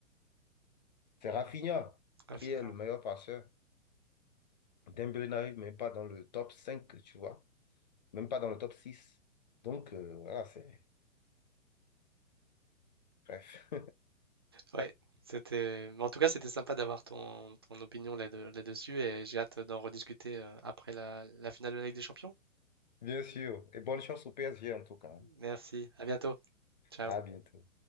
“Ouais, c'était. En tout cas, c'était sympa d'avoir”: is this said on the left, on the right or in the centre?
Right